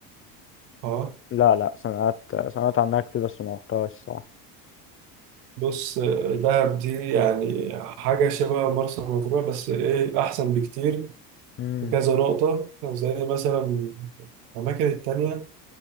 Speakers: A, on the right (about 80°); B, on the left (about 30°).
A: اه
B: لا لا سمعت سمعت عنها كتير بس ما رحتهاش صح
A: بص دهب دي يعني حاجة شبه مرسى مطروح بس ايه أحسن بكتير
B: امم
A: في كذا نقطة زي مثلا الأماكن التانية